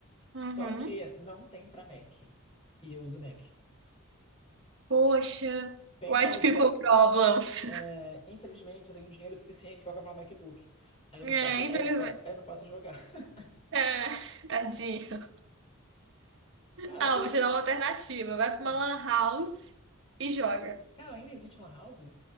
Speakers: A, on the right; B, on the left.
A: Uhum.
B: Só que não tem pra Mac. E eu uso Mac.
A: Poxa.
B: Tem
A: White
B: pra...
A: people problems.
B: É,
A: <laughs>
B: infelizmente, eu tenho dinheiro suficiente para comprar um MacBook. Aí eu
A: É,
B: não posso,
A: infelizmente.
B: aí eu não, pa- aí eu não posso jogar. <laughs>
A: É, <laughs> tadinho.
B: Cara,
A: Ah,
B: eu.
A: vou
B: j-
A: te dar uma alternativa. Vai
B: Hum.
A: pra uma lan house e joga.
B: Cara, ainda existe Lan House?